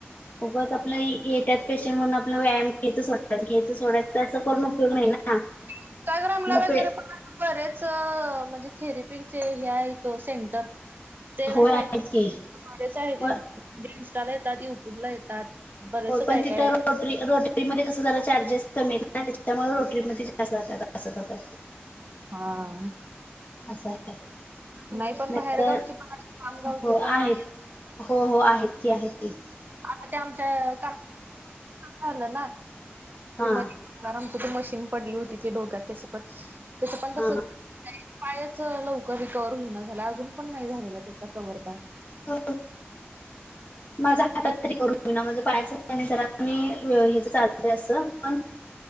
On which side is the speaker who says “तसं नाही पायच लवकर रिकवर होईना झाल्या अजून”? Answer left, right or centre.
Right